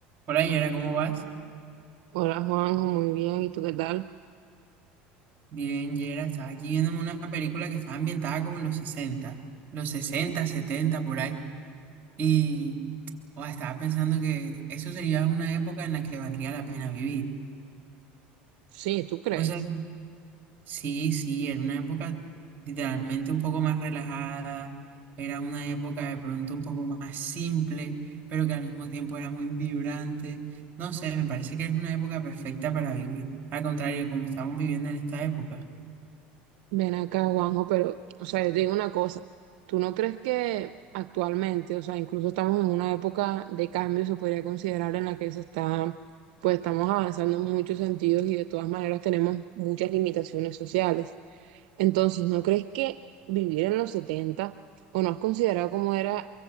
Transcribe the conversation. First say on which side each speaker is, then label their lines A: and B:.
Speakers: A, on the right (about 40°); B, on the right (about 75°).
A: Hola Yera, ¿cómo vas?
B: Hola Juanjo, muy bien. ¿Y tú qué tal?
A: Bien, Yera, estaba aquí viéndome una película que estaba ambientada como en los sesenta, los 60, 70 por ahí. Y oh, estaba pensando que eso sería una época en la que valdría la pena vivir.
B: Sí, ¿tú crees?
A: No sé, sí, sí, era una época literalmente un poco más relajada, era una época de pronto un poco más simple, pero que al mismo tiempo era muy vibrante. No sé, me parece que es una época perfecta para vivir. Al contrario, de como estamos viviendo en esta época.
B: Ven acá, Juanjo, pero, o sea, yo te digo una cosa. ¿Tú no crees que actualmente, o sea, incluso estamos en una época de cambio, se podría considerar en la que se está, pues estamos avanzando en muchos sentidos y de todas maneras tenemos muchas limitaciones sociales? Entonces, ¿no crees que vivir en los 70 o no has considerado cómo era